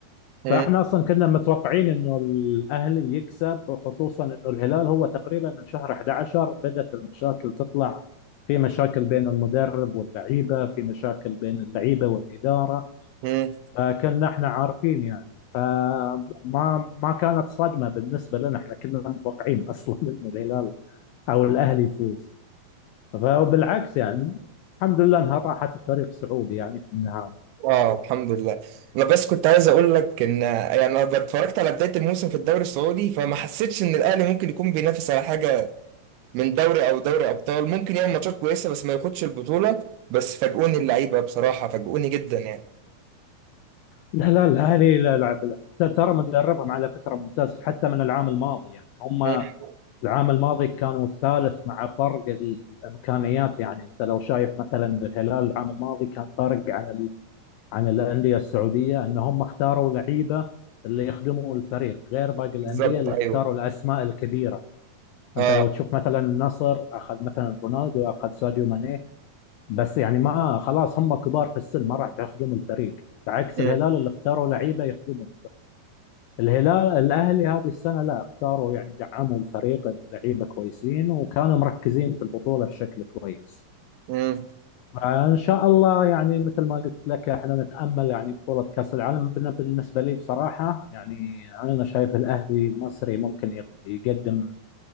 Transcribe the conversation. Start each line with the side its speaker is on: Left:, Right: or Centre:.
Right: مم.
Left: فاحنا اصلا كنا متوقعين انه الاهلي يكسب خصوصا انه الهلال هو تقريبا من شهر 11 بدات المشاكل تطلع في مشاكل بين المدرب واللعيبه في مشاكل بين اللعيبه والاداره
Right: مم.
Left: فكنا احنا عارفين يعني فما ما كانت صدمه بالنسبه لنا احنا كنا متوقعين اصلا <laughs> انه الهلال او الاهلي يفوز فبالعكس يعني الحمد لله انها راحت الفريق سعودي يعني في النهايه
Right: اه الحمد لله انا بس كنت عايز اقول لك ان يعني انا اتفرجت على بدايه الموسم في الدوري السعودي فما حسيتش ان الاهلي ممكن يكون بينافس على حاجه من دوري او دوري ابطال ممكن يعمل ماتشات كويسه بس ما ياخدش البطوله بس فاجئوني اللعيبه بصراحه فاجئوني جدا يعني
Left: لا لا الأهلي لا لعب حتى ترى مدربهم على فكرة ممتاز حتى من العام الماضي يعني هم
Right: مم.
Left: العام الماضي كانوا الثالث مع فرق الإمكانيات يعني أنت لو شايف مثلا الهلال العام الماضي كان فارق عن ال... عن الأندية السعودية أن هم اختاروا لعيبة اللي يخدموا الفريق غير باقي الأندية
Right: بالظبط
Left: اللي
Right: ايوه
Left: اختاروا الأسماء الكبيرة
Right: اه
Left: أنت لو تشوف مثلا النصر أخذ مثلا رونالدو أخذ ساديو ماني بس يعني ما خلاص هم كبار في السن ما راح يخدموا الفريق بعكس
Right: مم.
Left: الهلال اللي اختاروا لعيبه يخدمهم الهلال الاهلي هذه السنه لا اختاروا يعني دعموا الفريق بلعيبه كويسين وكانوا مركزين في البطوله بشكل كويس
Right: مم.
Left: فان شاء الله يعني مثل ما قلت لك احنا نتامل يعني بطوله كاس العالم بن- بالنسبه لي بصراحه يعني انا شايف الاهلي المصري ممكن يق- يقدم